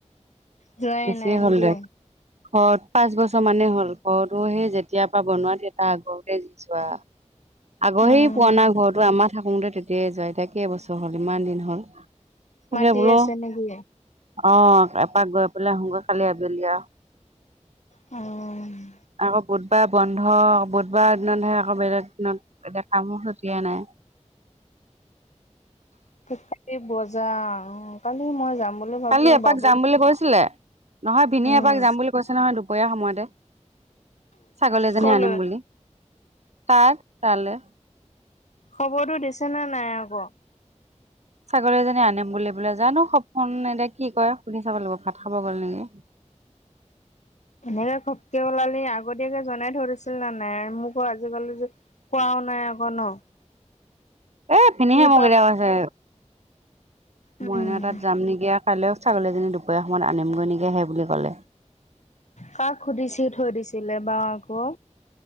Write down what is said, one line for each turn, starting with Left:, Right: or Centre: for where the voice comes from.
Left: যোৱাই
Right: বেছিয়ে
Left: নাই নেকি
Right: হ'ল দে অ' পাঁচ বছৰ মানেই হ'ল। ঘৰৰতো সেই যেতিয়াৰ পৰা বনোৱা তোৰ আগৰতে যি যোৱা আগৰ
Left: উম
Right: সেই পুৰণা ঘৰতো। তো আমাৰ থাকোঁতে তেতিয়াই যোৱা এতিয়া কেইবছৰ হ'ল ইমান দিন হ'ল। তাকে
Left: মাতি
Right: বোলো
Left: আছে নেকি
Right: অ' এপাক গৈ পেলাই আহোগৈ কালি আবেলি আৰু।
Left: অ'।
Right: আকৌ বুধবাৰ বন্ধ, বুধবাৰ দিনতহে আকৌ বেলেগ দিনত এতিয়া কামো ক্ষতি হয় না।
Left: ঠিক থাকে বজা অ' কালি মই যাম। বুলি ভাবিছো
Right: কালি এপাক
Left: বাবুক
Right: যাম বুলি কৈছিলে, নহয় ভিনি
Left: উম
Right: এপাক যাম বুলি কৈছে নহয় দুপৰীয়া সময়তে। ছাগলী এজনী
Left: কলৈ
Right: আনিম বুলি। তাক তালে
Left: খবৰটো দিছে নে নাই আকৌ?
Right: <unintelligible> ছাগলীজনী আনিম বুলি বোলে, জানো সপোন এতিয়া কি কয় সুধি চাব লাগিব। ভাত খাব গ'ল নেকি।
Left: এনেকে ঘপকে ওলালে আগতীয়াকে জনাই থৈ দিছিল নে নাই? মোকো আজিকালি যে কোৱাও নাই আকৌ ন'?
Right: এই ভিনিহে
Left: কি
Right: মোক
Left: বা
Right: এতিয়া কৈছে।
Left: উম
Right: মইনাৰ তাত যাম নেকি। কাইলৈ। ছাগলীজনী দুপৰীয়া সময়ত আনিমগৈ নেকি হেই বুলি ক'লে।
Left: কাক সুধিছে থৈ দিছিলে বা আকৌ।